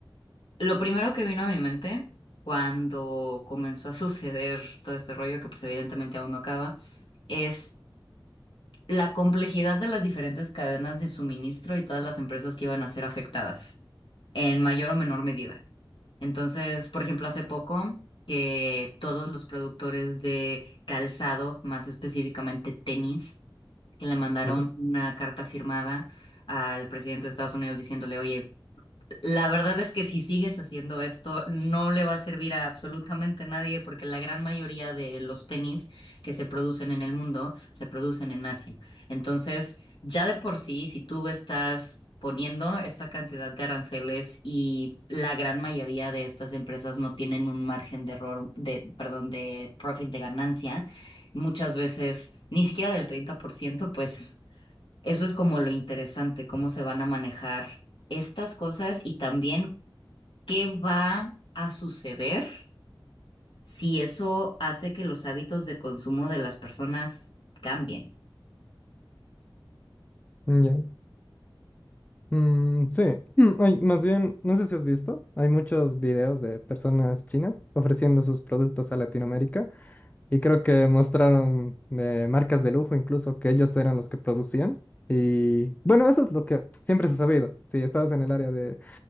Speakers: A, on the left (about 75°); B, on the left (about 20°).
A: lo primero que vino a mi mente cuando comenzó a suceder todo este rollo, que pues evidentemente aún no acaba, es la complejidad de las diferentes cadenas de suministro y todas las empresas que iban a ser afectadas, en mayor o menor medida. Entonces, por ejemplo, hace poco que todos los productores de calzado, más específicamente tenis, que le mandaron
B: ujú,
A: una carta firmada al presidente de Estados Unidos diciéndole, oye, la verdad es que si sigues haciendo esto, no le va a servir a absolutamente nadie porque la gran mayoría de los tenis que se producen en el mundo se producen en Asia. Entonces, ya de por sí, si tú estás poniendo esta cantidad de aranceles y la gran mayoría de estas empresas no tienen un margen de error, de, perdón, de profit, de ganancia, muchas veces ni siquiera del 30%, pues eso es como lo interesante, cómo se van a manejar estas cosas y también qué va a suceder si eso hace que los hábitos de consumo de las personas cambien.
B: Ya. Mm, sí, Mm, ay, más bien, no sé si has visto, hay muchos videos de personas chinas ofreciendo sus productos a Latinoamérica Y creo que mostraron eh, marcas de lujo, incluso que ellos eran los que producían. Y bueno, eso es lo que siempre se ha sabido. Si estabas en el área de